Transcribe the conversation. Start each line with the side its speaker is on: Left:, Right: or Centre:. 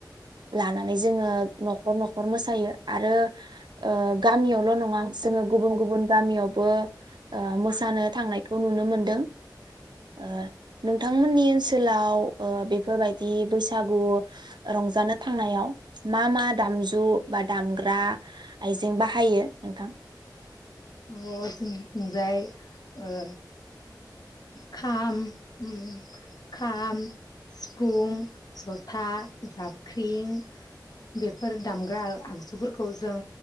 Right: लानानै जोङो न'खर न' खर मोसायो आरो ओ गामियावल' नङा जोङो गुबुन गुबुन गामियावबो ओ मोसानो थांनायखौ नुनो मोनदों ओ नोंथांमोननि ओनसोलाव ओ बेफोरबायदि बैसागु रंजानो थांनायाव मा मा दामजु बा दामग्रा आ इजें बाहायो नोंथां
Left: अ जोंनि थिंजाय ओ खाम उ खाम सिफुं जथा जाबख्रिं बेफोर दामग्रा आगजुफोरखौ जों